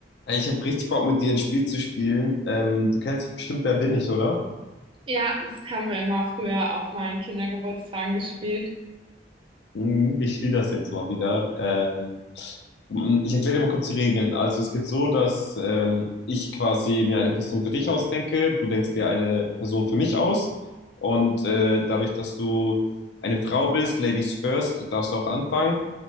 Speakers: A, on the left; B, on the right.
A: Ey, Ich habe richtig Bock, mit dir ein Spiel zu spielen. Ähm, du kennst doch bestimmt Wer bin ich, oder?
B: Ja, das haben wir immer früher auf meinen Kindergeburtstagen gespielt.
A: Hm, Ich spiele das jetzt mal wieder. Ähm, ich erkläre dir mal kurz die Regeln. Also es geht so, dass ähm, ich quasi mir eine Person für dich ausdenke, du denkst dir eine Person für mich aus. Und äh, dadurch, dass du eine Frau bist, Ladies first, darfst du auch anfangen.